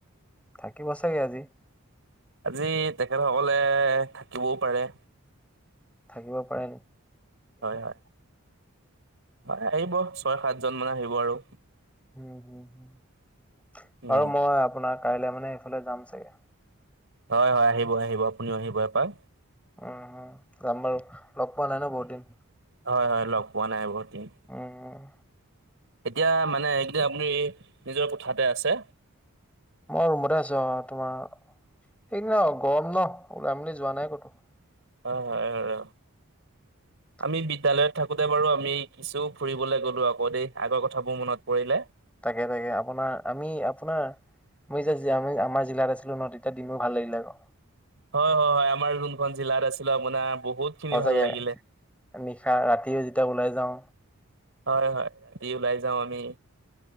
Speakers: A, in the centre; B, on the right (about 55°).
A: থাকিব চাগে আজি।
B: আজি তেখেত সকলে থাকিবও পাৰে।
A: থাকিব পাৰে নেকি?
B: হয়, হয়, হয় আহিব ছয় সাতজন মান আহিব আৰু।
A: উম, হম,
B: উম,
A: বাৰু মই আপোনাৰ কাইলে মানে সেইফালে যাম চাগে।
B: হয়, হয় আহিব -আহিব আপুনিও আহিব এপাক
A: উম যাম বাৰো লগ পোৱা নাই ন বহুত দিন।
B: হয় হয় লগ পোৱা নাই বহুত দিন।
A: উম
B: এতিয়া মানে এইদিন আপুনি নিজৰ কোঠাতে আছে।
A: মই ৰুমতে আছো অ তোমাৰ এইদিনা গৰম ন ওলাই মেলি যোৱা নাই কতো।
B: অ, হয় হয়।
A: <inaudible>
B: আমি বিদ্যালয়ত থাকোতে বাৰু আমি কিছু ফুৰিবলৈ গলো আকৌ দেই, আগৰ কথাবোৰ মনত পৰিলে
A: তাকে তাকে আপোনাৰ আমি আপোনাৰ মই যে আমাৰ জিলাত আছিলো নহয় তেতিয়া দিনো ভাল লাগিলে আক।
B: হয়, হয়, হয় আমাৰ যোনখন জিলাত আছিলো আপোনাৰ বহুত খিনি
A: সচাগে
B: ভাল লাগিলে
A: নিশা ৰাতিও যেতিয়া ওলাই যাওঁ।
B: হয়, হয় ৰাতি ওলাই যাওঁ আমি।